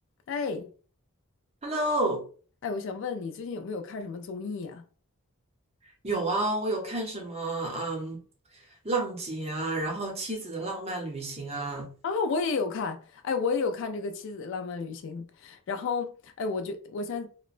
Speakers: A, on the left (about 55°); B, on the right (about 30°).
A: 哎
B: Hello，
A: 哎，我想问你最近有没有看什么综艺呀、
B: 有啊，我有看什么，嗯，浪姐啊，然后妻子的浪漫旅行啊，
A: 啊？我也有看，哎，我也有看这个《妻子的浪漫旅行》，然后哎，我觉我想